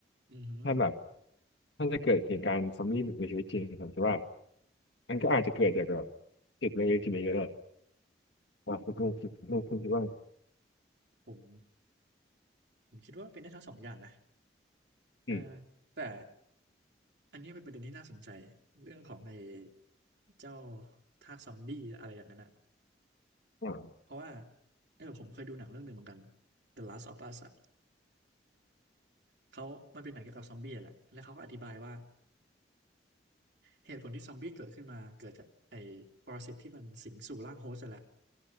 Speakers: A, on the right (about 75°); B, on the left (about 75°).
A: อือฮึ
B: ถ้าแบบถ้าจะเกิดเหตุการณ์ซอมบี้ในชีวิตจริงผมคิดว่า มันก็อาจจะเกิดจากแบบจิตเล็กๆทีนี้ก็ได้ว่าคุณต้องคิดต้องคุคิดว่า
A: ผมผมคิดว่าเป็นได้ทั้งสองอย่างนะ เออ
B: อืม
A: แต่อันนี้เป็นประเด็นที่น่าสนใจเรื่องของไอ้เจ้าทากซอมบี้อะไรอย่างนั้นอะ
B: อ่า
A: เพราะว่าเออผมเคยดูหนังเรื่องหนึ่งเหมือนกัน The Last of Us อะเขามันเป็นหนังเกี่ยวกับซอมบี้อะแหละแล้วเขาก็อธิบายว่าเหตุผลที่ซอมบี้เกิดขึ้นมาเกิดจากไอ้ปรสิตที่มันสิงสู่ร่างโฮสต์อะแหละ